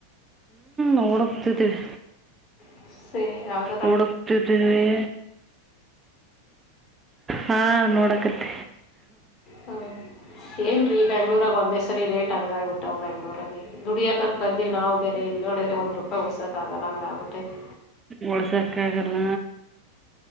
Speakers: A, on the right (about 15°); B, on the left (about 35°).
A: ನೋಡೋಗತಿದವಿ.
B: <unintelligible>
A: ಹುಡುಕ್ತಿದೀವಿ. ಹಾ ನೋಡಕತ್ತ.
B: ಹಾಂ ಏನು ರೀ ಬೆಂಗಳೂರಾಗ ಒಂದೇ ಸರಿ ರೇಟ್ ಹಂಗಾಗಿ ಬಿಟ್ಟಾವು ಬೆಂಗ್ಳೂರಲ್ಲಿ. ದುಡಿಯಕಂತ ಬಂದೀವಿ ನಾವು ಬೇರೆ ಇಲ್ಲಿ ನೋಡಿದ್ರೆ ಒಂದ ರೂಪಾಯಿ ಉಳಸಕ ಆಗಲ್ಲ ಹಂಗ ಆಗ ಬಿಟ್ಟೈತಿ.
A: ಉಳ್ಸಕಾಗಲ್ಲ.